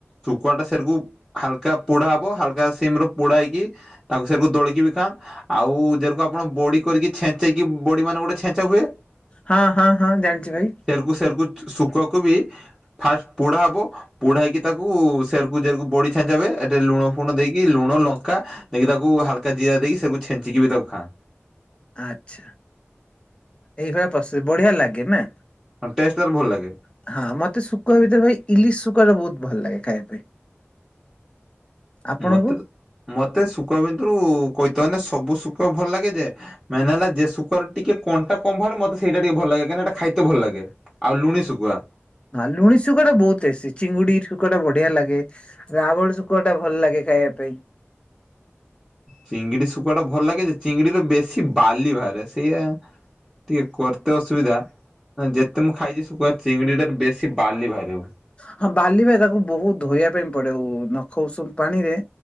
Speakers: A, in the centre; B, on the left.
A: ଶୁଖୁଆଟା ସେରେକୁ ହାଲକା ପୋଡ଼ା ହବ ହାଲକା ସିମିର ପୋଡ଼ା ହେଇକି ତାକୁ ସେରକୁ ଦୋଳିକି ଖାନ୍ ଆଉ ଯେରକୁ ଆପଣ ବଡ଼ି କରିକି ଛେଞ୍ଚେଇକି ବଡ଼ି ମାନେ ଗୋଟେ ଛେଞ୍ଚା ହୁଏ
B: ହଁ ହଁ ହଁ ଜାଣିଚି ଭାଇ।
A: ସେରକୁ ସେରକୁ ଶୁଖୁଆକୁବି ଫାଷ୍ଟେ ପୋଡ଼ା ହବ ପୋଢା ହେଇକି ତାକୁ ସେରକୁ ଯେରକୁ ବଢି ଛେଞ୍ଚା ହୁଏ ଏଠି ଲୁଣ ଫୁଣ ଦେଇକି ଲୁଣ ଲଙ୍କା ଦେଇକି ତାକୁ ହାଲକା ଜିରା ଦେଇକି ସେରକୁ ଛେଞ୍ଚିକିବି ତାକୁ ଖାଆ
B: ଆଛା ଏଇଭଳିଆ ପ୍ରସ୍ତୁତି ବଢ଼ିଆ ଲାଗେନା?
A: ହଁ ଟେଷ୍ଟେ ତାର ଭଲ ଲାଗେ।
B: ହଁ ମତେ ଶୁଖୁଆ ଭିତରେ ଭାଇ ଇଲିଶ ଶୁଖାଆଟା ବହୁତ୍ ଭଲ ଲାଗେ ଖାଇବା ପାଇଁ। ଆପଣଙ୍କୁ?
A: ମତେତ ମତେ ଶୁଖୁଆ ଭିତରୁ କଇତଗନେ ସବୁ ଶୁଖୁଆ ଭଲ ଲାଗେ ଯେ ମାନେ ହେଲା ଯେ ସୁକୁଆ ଟିକେ କଣ୍ଟା କମ୍ ଭାରେ ମତେ ସେଇଟା ଟିକେ ଭଲ ଲାଗେ କାଇଁନାଏଟା ଖାଇତେ ଭଲ ଲାଗେ। ଆଉ ଲୁଣି ଶୁଖୁଆ
B: ହଁ ଲୁଣି ଶୁଖୁଆଟା ବହୁତ୍ ଟେଷ୍ଟି ଚିଙ୍ଗୁଡ଼ି ଶୁଖୁଆ ବଢ଼ିଆ ଲାଗେ ରାବଳ ଶୁଖୁଆଟା ଭଲ ଲାଗେ ଖାଇବା ପାଇଁ।
A: ଚିଙ୍ଗିଡି ଶୁକୁଆଟା ଭଲ ଲାଗେ ଯେ ଚିଙ୍ଗିଡିରେ ବେଶୀ ବାଲି ବାହାରେ ସେଇଆ ଟିକେ କରତେ ଅସୁବିଧା। ନହନେ ଯେତେ ମୁଁ ଖାଇଚି ଶୁକୁଆ ଚିଙ୍ଗୁଡିଟାରେ ବେଶୀ ବାଲି ବାହାରିବ।
B: ହଁ ବାଲି ବାହାରେ ତାକୁ ବୋହୁତ ଧୋଇବା ପାଇଁ ପଡେ ଉ ନଖ ଉଷୁମ ପାଣିରେ